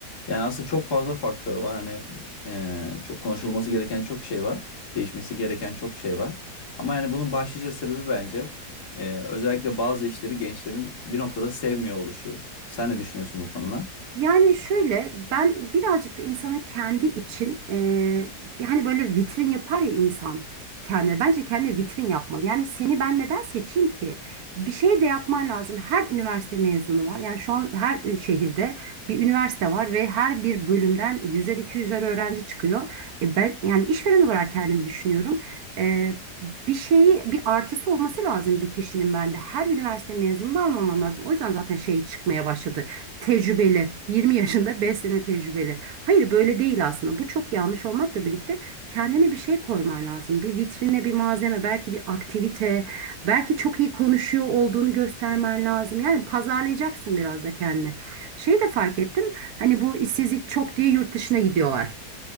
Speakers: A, on the left; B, on the right.
A: Yani aslında çok fazla faktör var. Hani eee, çok konuşulması gereken çok şey var. Değişmesi gereken çok şey var. Ama yani bunun başlıca sebebi bence eee, özellikle bazı işleri gençlerin bir noktada sevmiyor oluşu. Sen ne düşünüyorsun bu konuda?
B: Yani şöyle ben birazcık da insanın kendi için eee hani böyle vitrin yapar ya insan kendine. Bence kendine vitrin yapmalı. Yani seni ben neden seçeyim ki? Bir şey de yapman lazım. Her üniversite mezunu var. Yani şu an her şehirde bir üniversite var ve her bir bölümden 100'er 200'er öğrenci çıkıyor. E ben yani işveren olarak kendimi düşünüyorum. Eee, bir şeyi bir artısı olması lazım bir kişinin bende. Her üniversite mezununu almamam lazım. O yüzden zaten şey çıkmaya başladı tecrübeli, 20 yaşında 5 sene tecrübeli. Hayır böyle değil aslında. Bu çok yanlış olmakla birlikte kendine bir şey koyman lazım. Bir vitrine bir malzeme, belki bir aktivite, belki çok iyi konuşuyor olduğunu göstermen lazım. Yani pazarlayacaksın biraz da kendini. Şey de fark ettim. Hani bu işsizlik çok diye yurt dışına gidiyorlar.